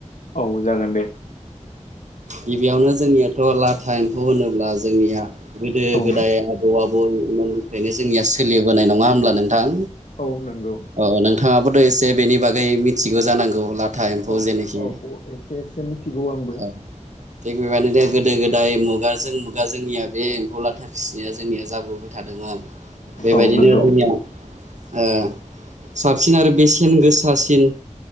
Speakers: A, on the left (about 90°); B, on the right (about 75°).
A: औ जागोन दे।
B: गिबियावनो जोंनियाथ' लाथा एम्फ फौ होनोब्ला जोंनिया गोदो
A: औ
B: गोदाय आबौ आबौ मोन ओंखायनो जोंनिया सोलिबोनाय नङा होनोमब्ला नोंथां?
A: औ नंगौ।
B: औ नोंथाङाबोथ' एसे बेनि बागै मिथिगौ जानांगौ लाथा एम्फौ
A: औ
B: जेनोखि
A: एसे एसे मिथिगौ औ आंबो।
B: ओ थिग बेबायदिनो गोदो गोदाय मुगाजों मुगा जोंनिया बे एम्फौ लाथा फिसिनाया जोंनिया जाबोबाय थादोंमोन आरोना। बेबायदिनो
A: औ नंगौ
B: जोंनिया ओ साबसिन आरो बेसेन गोसासिन